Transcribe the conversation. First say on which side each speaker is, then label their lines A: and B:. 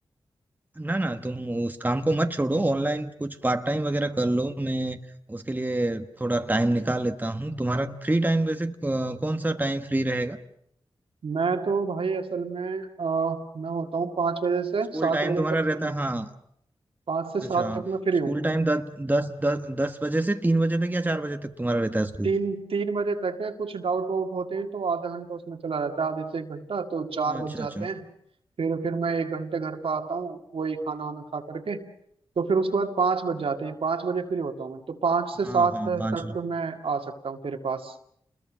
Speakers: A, on the right (about 20°); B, on the right (about 75°).
A: ना ना तुम उस काम को मत छोड़ो ऑनलाइन कुछ पार्ट टाइम वगैरह कर लो मैं उसके लिए थोड़ा टाइम निकाल लेता हूँ तुम्हारा फ्री टाइम वैसे अ, कौन सा टाइम फ्री रहेगा
B: मैं तो भाई असल में अ, मैं होता हूँ पाँच बजे से
A: स्कूल
B: सात
A: टाइम
B: बजे
A: तुम्हारा
B: तक फ्री
A: रहता
B: हूँ
A: है हाँ
B: पाँच से सात
A: अच्छा
B: तक मैं फ्री
A: स्कूल
B: हूँ
A: टाइम दस दस दस दस बजे से तीन बजे तक या चार बजे तक तुम्हारा रहता है स्कूल
B: तीन तीन बजे तक है कुछ डाउट वाउट होते हैं तो आधा घंटा उसमें चला जाता है आधे से एक घंटा तो चार
A: अच्छा
B: बज जाते
A: अच्छा
B: हैं फिर फिर मैं एक घंटे घर पर आता हूँ वही खाना वाना खा करके तो फिर उसके बाद पाँच बज जाते हैं पाँच बजे फ्री होता हूँ मैं तो पाँच से
A: हाँ
B: सात
A: हाँ
B: तक
A: पाँच बजे
B: मैं आ सकता हूँ तेरे पास